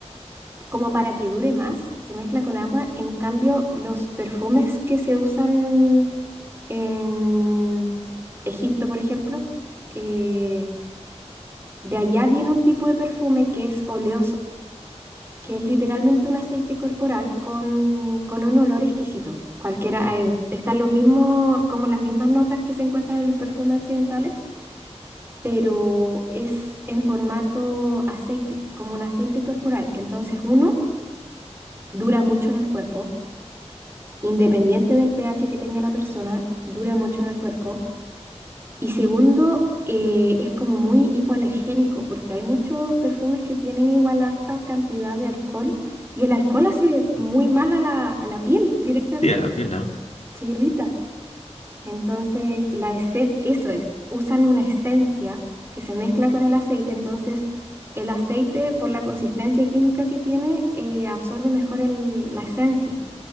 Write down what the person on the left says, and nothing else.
Sí, a la piel, ¿no?